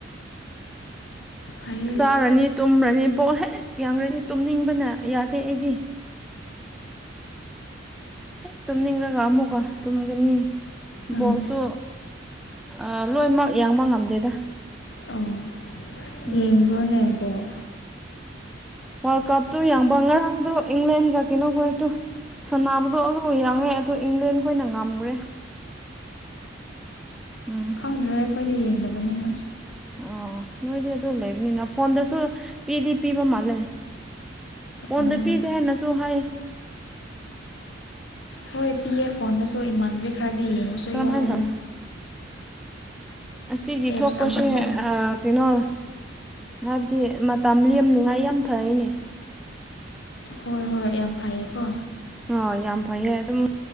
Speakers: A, on the left; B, in the centre.
A: ꯐꯩꯌꯦ
B: ꯆꯥꯔꯅꯤ ꯇꯨꯝꯔꯅꯤ ꯕꯣꯜ ꯍꯦꯛ ꯌꯥꯡꯔꯅꯤ ꯇꯨꯝꯅꯤꯡꯕꯅ ꯌꯥꯗꯦ ꯑꯩꯗꯤ꯫ ꯍꯦꯛ ꯇꯨꯝꯅꯤꯡꯂꯒ ꯑꯃꯨꯛꯀ ꯇꯨꯝꯒꯅꯤ
A: ꯎꯝ
B: ꯕꯣꯔꯁꯨ ꯑ ꯂꯣꯏꯅꯃꯛ ꯌꯦꯡꯕ ꯉꯝꯗꯦꯗ꯫
A: ꯑꯣ꯫
B: ꯎꯝ
A: ꯌꯦꯡꯕꯔꯣꯅꯦ ꯕꯣꯜ꯫
B: ꯋꯥꯔꯜ ꯀꯞꯇꯣ ꯌꯥꯡꯕ ꯉꯔꯥꯡꯗꯣ ꯏꯪꯂꯦꯟꯒ ꯀꯩꯅꯣ ꯍꯣꯏꯗꯣ꯫ ꯁꯅꯕꯗꯣ ꯑꯗꯨꯕꯨ ꯌꯥꯡꯉꯦ ꯑꯗꯨ ꯏꯪꯂꯦꯟ ꯈꯣꯏꯅ ꯉꯝꯈ꯭ꯔꯦ꯫ ꯎꯝ
A: ꯈꯪꯗ꯭ꯔ ꯑꯩꯈꯣꯏꯗ ꯌꯦꯡꯗꯕꯅꯤꯅ
B: ꯑꯣ ꯅꯣꯏꯗꯤ ꯑꯗꯨ ꯂꯩꯕꯅꯤꯅ ꯐꯣꯟꯗꯁꯨ ꯄꯤꯗꯤ ꯄꯤꯕ ꯃꯥꯜꯂꯦ ꯐꯣꯟꯗ
A: ꯑꯣ
B: ꯄꯤꯗꯦ ꯍꯥꯏꯅꯁꯨ ꯍꯥꯏ
A: ꯍꯣꯏ ꯄꯤ ꯑꯦ ꯐꯣꯟꯗꯁꯨ ꯏꯃꯥꯟꯅꯕꯤ ꯈꯔꯗꯤ ꯌꯦꯡꯕꯁꯨ
B: ꯀꯔꯝꯍꯥꯏꯅ
A: ꯌꯥꯎꯋꯦ
B: ꯇꯧꯋꯤ ꯑꯁꯤꯒꯤ
A: ꯑꯦꯞꯁ
B: ꯊꯣꯛꯄꯁꯦ
A: ꯑꯃꯀꯣ
B: ꯑꯥ ꯀꯩꯅꯣ ꯍꯥꯏꯕꯗꯤ ꯃꯇꯝ ꯂꯦꯝꯅꯤꯉꯥꯏ ꯌꯥꯝ ꯐꯩꯅꯦ꯫
A: ꯍꯣꯏ ꯍꯣꯏ ꯌꯥꯝ ꯐꯩꯌꯦꯀꯣ
B: ꯑ ꯌꯥꯝ ꯐꯩꯌꯦ ꯑꯗꯨꯝ